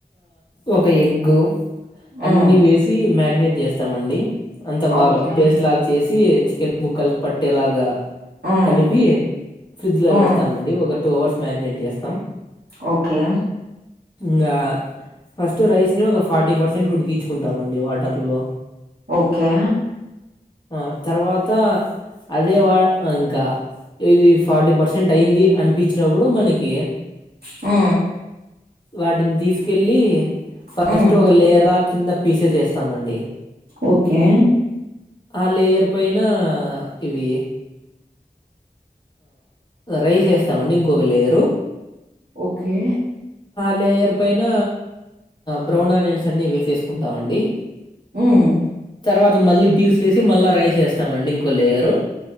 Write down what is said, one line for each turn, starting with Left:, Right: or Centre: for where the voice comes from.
Left: ఒక ఎగ్
Right: హ్మ్.
Left: అన్నీ వేసి మ్యారినేట్ చేస్తామండి. అంత బాగా
Right: ఓకే.
Left: పేస్ట్ లాగా చేసి చికెన్ ముక్కలు పట్టేలాగా
Right: హ్మ్.
Left: కలిపి ఫ్రిడ్జ్ లో
Right: హ్మ్.
Left: పెడతామండి ఒక టూ అవర్స్ మ్యాగినేట్ చేస్తాం.
Right: ఓకే
Left: ఇంకా ఫస్ట్ రైస్ని ఒక ఫార్టీ పర్సెంట్ ఉడికించుకుంటామండి వాటర్లో
Right: ఓకే
Left: ఆ తర్వాత అదే వా ఇంకా ఇది ఫార్టీ పర్సెంట్ అయ్యింది అనిపించినప్పుడు మనకి
Right: మ్
Left: వాటిని తీసుకెళ్ళి ఫస్ట్
Right: హ్మ్.
Left: ఒక లేయర్ కింద పీసేస్ వేస్తామండి.
Right: ఓకే
Left: ఆ లేయర్ పైన ఇవి రైస్ వేస్తామండి ఇంకొక లేయరు.
Right: ఓకే
Left: లేయర్ పైన బ్రౌన్ ఆనియన్స్ అన్నీ వేసేసుకుంటామండి.
Right: హ్మ్.
Left: తర్వాత మళ్ళీ పీస్లేసి మళ్ళా రైస్ వేస్తామండి. ఇంకో లేయరు.